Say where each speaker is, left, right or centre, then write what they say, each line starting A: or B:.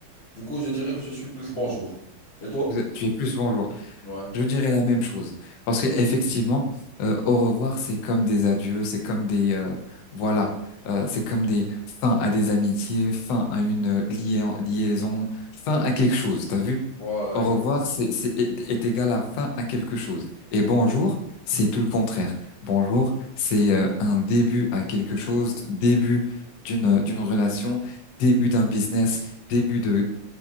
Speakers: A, on the left; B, on the left.
A: Du coup, je dirais que je suis plus bonjour. Et toi?
B: Vous êtes- tu es plus bonjour.
A: Ouais,
B: Je dirais la même chose. Parce que effectivement, euh, au revoir, c'est comme des adieux, c'est comme des euh, voilà, euh, c'est comme des fins à des amitiés, fin à une euh, lia- liaison, fin à quelque chose. T'as vu?
A: voilà,
B: Au
A: exactement.
B: revoir, c'est c'est est, est égal à fin à quelque chose. Et bonjour, c'est tout le contraire. Bonjour, c'est euh, un début à quelque chose, début d'une euh, d'une relation, début d'un business, début de